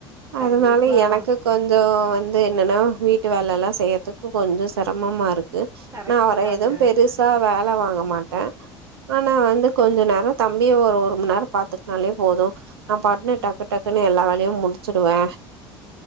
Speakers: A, on the right (about 20°); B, on the right (about 70°).
A: கண்டிப்பாக
B: அதனால எனக்கு கொஞ்சோ வந்து என்னன்னா வீட்டு வேலல்லா செய்யறதுக்கு கொஞ்சோ செரமமாருக்கு
A: கரெக்ட்டு
B: நா அவர
A: தாங்க.
B: எதுவு பெருசா வேல வாங்க மாட்ட ஆனா வந்து கொஞ்ச நேரோ தம்பிய ஒரு ஒரு மண் நேரொ பாத்துக்குனாலே போது நான் பாட்னு டக்கு டக்குன்னு எல்லா வேலையு முடிச்சுடுவே